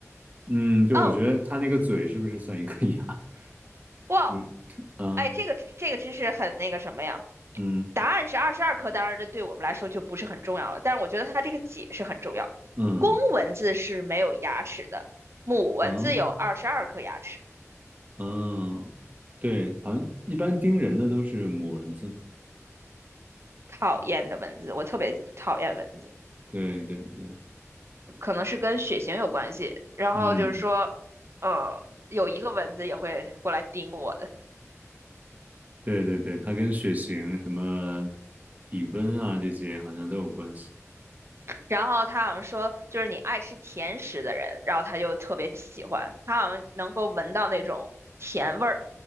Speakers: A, on the right (about 30°); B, on the right (about 55°).
A: 嗯，就我觉得它那个嘴是不是算一颗牙？
B: 哦，
A: <laughs>
B: 哇，
A: 就是，吐啊，
B: 哎，这个这个知识很那个什么呀？
A: 嗯
B: 答案是二十二颗，当然这对我们来说就不是很重要了，但是我觉得它这个解释很重要。
A: 嗯
B: 公蚊子是没有牙齿的，母蚊子有二十二颗牙齿。
A: 嗯嗯，对，好像一般叮人的都是母蚊子。
B: 讨厌的蚊子，我特别讨厌蚊子。
A: 对对对，
B: 可能是跟血型有关系。然后就是说，
A: 嗯，
B: 呃，有一个蚊子也会过来叮我的。
A: 对对对，它跟血型、什么体温啊这些好像都有关系。
B: 然后他好像说，就是你爱吃甜食的人，然后他就特别喜欢，他好像能够闻到那种甜味儿。